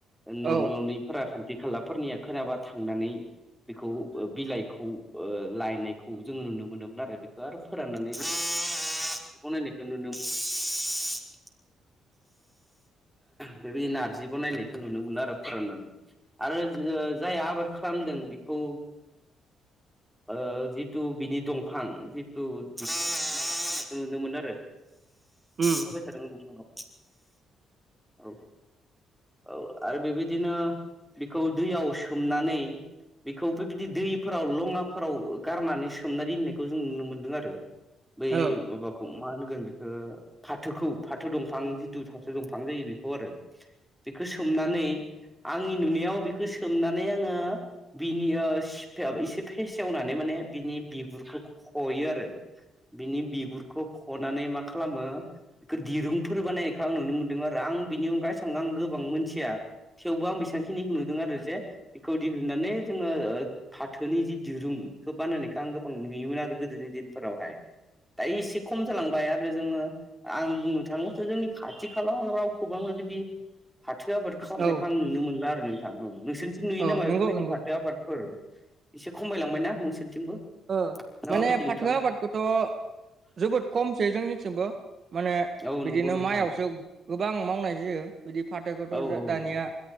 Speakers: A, in the centre; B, on the right.
A: न'
B: औ
A: न'निफोरा खाान्थि खालाफोरनिया खोनाबा थांनानै बिखौ बिलाइखौ ओ लायनायखौ जोङो नुनो मोनोमोन आरो बेखौ आरो फोराननानैबो जि बनायनायखौ नुनो मोनो बेबायदि नारजि बनायनायखौ नुनो मोनो आरो फोराननानै आरो ओ जाय आबाद खालामदों बेखौ ओ जिथु बिनि दंफां जिथु नुनो मोन आरो
B: उम
A: होबाय नोंथां औ औ आरो बेबायदिनो बेखौ दैयाव सोमनानै बेखौ बेबायदि दैफोराव लङाफोराव गारनानै सोमनानै दोननायखौ जों नुनो मोन्दों आरो बै
B: औ
A: माबाखौ मा होनगोन बेखौ फाथोखौ फाथो दंफां जिथु थ'थो दंफां जायो बेखौ आरो बेखौ सोमनानै आंनि नुनायाव बेखौ सोमनानै आङो बिनि ओ इसे फेसेवनानै माने बिनि बिगुरखौ खयो आरो बिनि बिगुरखौ खनानै मा खालामो बेखौ दिरुंफोर बानायनायखौ आं नुनो मोन्दों आरो आं बिनि अनगायै स आं गोबां मोनथिया थेवबो आं बेसेबांखिनि नुदों आरो जे बेखौ दिहुननानै जोङो फाथोनि जि दिरुं बेखौ बानायनायखौ आं गोबां नुयोमोन आरो गोदोनि दिनफोरावहाय दायो एसे खम जालांबाय आरो जोङो आं बुंनो थाङोबाथ' जोंनि खाथि खालााव आं रावखौबो आं बिदि फाथो आबाद खालामनायखौ
B: औ
A: आं नुनो मोनला आरो नोंथां औ नोंसोरथिं नुयो
B: औ
A: नामा
B: नंगौ
A: बेफोरबायदि
B: नंगौ
A: फाथो आफाद फोर एसे खमायलांबायना नोंसोरथिंबो
B: ओ
A: ना
B: माने
A: माबायदि नोंथां
B: फाथो आबादखौथ' जोबोद खमसै जोंनिथिंबो माने
A: औ नंगौ
B: बिदिनो
A: नोंथां
B: माइआवसो गोबां मावनाय जायो बिदि फाथोखौथ'
A: औ औ
B: जा
A: औ
B: दानिया